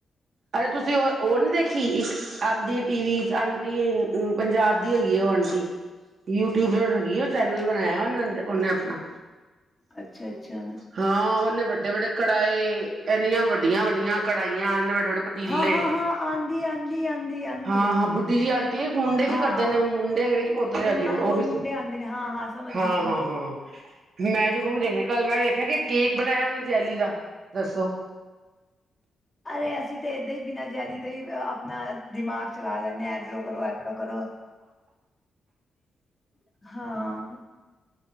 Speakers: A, on the right (about 55°); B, on the left (about 15°).
A: ਅਰੇ ਤੁਸੀਂ ਓ ਓਨੀ ਦੇਖੀ? ਇੱਕ ਆਂਦੀ ਏ ਟੀਵੀ ਚ ਆਂਟੀ ਏ ਓ ਪੰਜਾਬ ਦੀ ਹੈਗੀ ਏ ਓ ਆਂਟੀ, ਯੂਟਿਊਬਰ ਹੈਗੀ ਏ ਓ ਚੈਨਲ ਬਨਾਏਆ ਓ ਓਨੇ ਆਪਨਾ।
B: ਅੱਛਾ-ਅੱਛਾ।
A: ਹਾਂ, ਓਨੇ ਬਡੇ-ਵੱਡੇ ਕੜਾਏ ਐਨੀਆਂ ਵੱਡੀਆਂ-ਵੱਡੀਆਂ ਕੜਾਈਆਂ ਐਨੇ ਵੱਡੇ-ਵੱਡੇ ਪਤੀਲੇ
B: ਹਾਂ ਹਾਂ ਹਾਂ ਹਾਂ ਆਂਦੀ ਆਂਦੀ ਆਂਦੀ ਆਂਦੀ
A: ਹਾਂ,
B: ਹੈ
A: ਹਾਂ ਬੁੱਡੀ ਜੀ ਆਂਟੀ ਏ ਮੁੰਡੇ ਵੀ
B: ਹਾਂ
A: ਕਰਦੇ ਨੇ ਓ ਮੁੰਡੇ ਹੈਗੇ ਨੇ ਕਿ ਬੋ
B: ਉਹਦੇ
A: ਹੈਗੇ
B: ਨਾਲ
A: ਨੇ ਓ
B: ਦੋ
A: ਵਿੱਚ
B: ਮੁੰਡੇ ਆਉਂਦੇ ਨੇ ਹਾਂ ਸਮਝ
A: ਹਾਂ,
B: ਗਈ ਸਮਝ
A: ਹਾਂ,
B: ਗਈ
A: ਹਾਂ। ਮੈਂ ਜਰੂਰ ਦੇਖਨੀ ਆ ਕੱਲ ਮੈਂ ਵੇਖੇਆ ਕੇ, ਕੇਕ ਬਨਾਯਾ ਓਨੇ ਜੈਲੀ ਦਾ ਦੱਸੋ
B: ਅਰੇ ਅਸੀਂ ਤੇ, ਏਦਾਂ ਈ ਬਿਨਾਂ ਜੈਲੀ ਦਾ ਈ ਅਪਨਾ ਦਿਮਾਗ ਚਲਾ ਲੈਂਨੇ ਆਂ ਏਦਰੋਂ ਕਰੋ ਏਦਰੋ <unintelligible> ਹਾਂ।